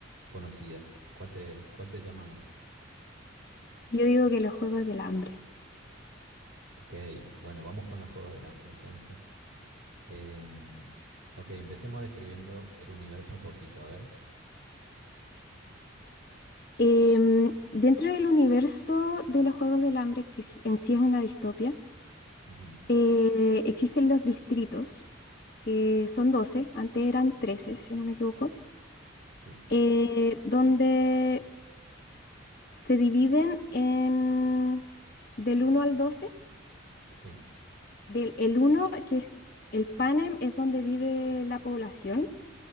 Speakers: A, on the right; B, on the left.
A: conocidas. ¿Cuál te, cuál te llama más?
B: Yo digo que los Juegos del Hambre.
A: Ok, bueno, vamos con los Juegos del Hambre entonces. Eh, ok, empecemos describiendo el universo un poquito, a ver.
B: Em, dentro del universo de los Juegos del Hambre, que sí- en sí es una distopia,
A: Ujú,
B: Eh, existen los distritos, que son 12, antes eran 13 si no me equivoco,
A: Sí,
B: eh, donde se dividen en del uno al doce,
A: sí,
B: Del, el uno que es el Panem, es donde vive la población